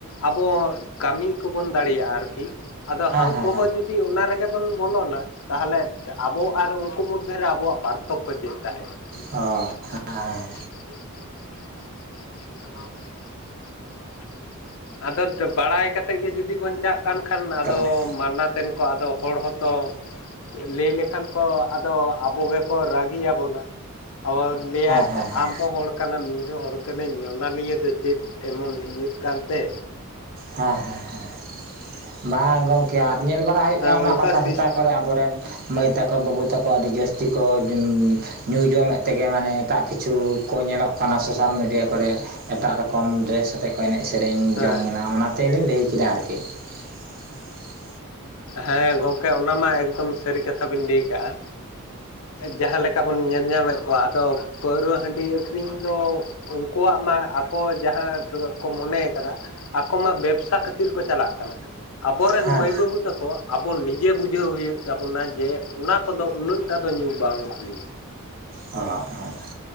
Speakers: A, on the left; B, on the right.
A: ᱟᱵᱚ ᱠᱟᱹᱢᱤ ᱠᱚᱵᱚᱱ ᱫᱟᱲᱮᱭᱟᱜᱼᱟ ᱟᱨᱠᱤ᱾ ᱟᱫᱚ ᱦᱟᱱᱠᱩ
B: ᱦᱮᱸ
A: ᱦᱚᱸ ᱡᱩᱫ ᱫᱤ ᱚᱱᱟ ᱨᱮᱜᱮ ᱵᱚᱱ ᱵᱚᱞᱚᱱᱟ ᱛᱟᱦᱚᱞᱮ ᱟᱵᱚ ᱟᱨ ᱩᱱ ᱠᱩ ᱢᱚᱫᱽᱫᱷᱮ ᱨᱮ ᱟᱵᱚᱣᱟᱜ ᱯᱟᱨᱛᱷᱚᱠᱠᱚ ᱠᱚ ᱪᱮᱫ ᱛᱟᱦᱮᱸᱭᱱᱟ᱾
B: ᱚ᱾
A: <unintelligible>
B: ᱦᱮᱸ
A: ᱟᱫᱚ ᱵᱟᱲᱟᱭ ᱠᱟᱛᱮ ᱜᱮ ᱡᱩᱫᱤ ᱵᱚᱱ ᱪᱟᱜ ᱠᱟᱱ ᱠᱷᱟᱱ ᱟᱫᱚ
B: ᱛᱟᱠᱚ ᱦᱮᱸ
A: ᱢᱟᱱᱱᱟᱛᱮᱱ ᱠᱚ ᱟᱫᱚ ᱦᱚᱲ ᱦᱚᱸᱛᱚ ᱞᱟᱹᱭ ᱞᱮᱠᱷᱟᱱ ᱠᱚ ᱟᱫᱚ ᱟᱵᱚ ᱜᱮᱠᱚ ᱨᱟᱹᱜᱤ ᱟᱵᱚᱱᱟ᱾ ᱟᱵᱚᱨ ᱞᱟᱹᱭᱟᱭ
B: ᱦᱮᱸ ᱦᱮᱸ
A: ᱟᱢᱦᱚᱸ ᱦᱚᱲ ᱠᱟᱱᱟᱢ ᱤᱧᱦᱚᱸ ᱦᱚᱲ ᱠᱟᱹᱱᱟᱹᱧ ᱚᱱᱟ ᱞᱤᱭ ᱫᱚ ᱪᱮᱫ ᱮᱢᱚᱱ ᱤᱧᱟᱹᱜ ᱠᱟᱱ ᱛᱮ᱾
B: ᱦᱚᱸ ᱦᱚᱸ ᱦᱚᱸ᱾ ᱵᱟᱝ ᱜᱚᱝᱠᱮ ᱟᱨ ᱧᱮᱞ ᱵᱟᱲᱟ ᱦᱩᱭᱩᱜ
A: ᱚᱱᱠᱟ
B: ᱠᱟᱱᱟ ᱚᱱᱟ ᱯᱟᱛᱟ-ᱪᱷᱟᱛᱟ
A: ᱥᱤᱥ
B: ᱠᱚᱨᱮ ᱟᱵᱚᱨᱮᱱ ᱢᱟᱹᱭ ᱛᱟᱠᱚ, ᱵᱟᱹᱵᱩ ᱛᱟᱠᱚ ᱟᱹᱰᱤ ᱡᱟᱹᱥᱛᱤ ᱠᱚ ᱧᱩ ᱡᱚᱢᱮᱫ ᱛᱮᱜᱮ ᱢᱟᱱᱮ ᱮᱴᱟᱜ ᱠᱤᱪᱷᱩ ᱠᱚ ᱧᱮᱞᱚᱜ ᱠᱟᱱᱟ ᱥᱳᱥᱟᱞ ᱢᱤᱰᱤᱭᱟ ᱠᱚᱨᱮ᱾ ᱮᱴᱟᱜ ᱨᱚᱠᱚᱢ ᱰᱨᱮᱥ ᱟᱛᱮᱜ ᱠᱚ ᱮᱱᱮᱡ ᱥᱮᱨᱮᱧ
A: ᱦᱮᱸ
B: ᱡᱚᱝ ᱠᱟᱱᱟ ᱚᱱᱟ ᱛᱮᱞᱤᱧ ᱞᱟᱹᱭ ᱠᱮᱫᱟ ᱟᱨᱠᱤ᱾ <inaudible>
A: ᱦᱮᱸ ᱜᱚᱢᱠᱮ ᱚᱱᱟ ᱢᱟ ᱮᱠᱫᱚᱢ ᱥᱟᱹᱨᱤ ᱠᱟᱛᱷᱟ ᱵᱮᱤᱱ ᱞᱟᱹᱭ ᱠᱟᱜᱼᱟ᱾ ᱡᱟᱦᱟᱸ ᱞᱮᱠᱟ ᱵᱚᱱ ᱧᱮᱞ ᱧᱟᱢᱮᱫ ᱠᱚᱣᱟ, ᱟᱫᱚ ᱯᱟᱹᱣᱨᱟᱹ ᱦᱟᱺᱰᱤ ᱟᱹᱠᱷᱨᱤᱧ ᱫᱚ ᱩᱱᱠᱩᱣᱟᱜ ᱢᱟ ᱟᱠᱚ ᱡᱟᱦᱟᱸ ᱴᱩᱭᱟᱠ ᱠᱚ ᱢᱚᱱᱮ ᱟᱠᱟᱫᱟ ᱟᱠᱚ ᱢᱟ ᱵᱮᱵᱽᱥᱟ ᱠᱷᱟᱹᱛᱤᱨ ᱠᱚ ᱪᱟᱞᱟᱜ ᱠᱟᱱᱟ᱾ ᱟᱵᱚᱨᱮᱱ
B: ᱦᱮᱸ
A: ᱢᱟᱹᱭ ᱵᱟᱹᱵᱩ ᱛᱟᱠᱚᱭᱟ ᱟᱵᱚ ᱱᱤᱡᱮ ᱵᱩᱡᱷᱟᱹᱣ ᱦᱩᱭᱩᱜ ᱛᱟᱵᱚᱱᱟ ᱡᱮ ᱚᱱᱟ ᱠᱚᱫᱚ ᱩᱱᱟᱹᱜ ᱴᱟ ᱫᱚ ᱧᱩ ᱵᱟᱝ ᱵᱷᱟᱜᱮ
B: ᱚᱸ ᱦᱮᱸ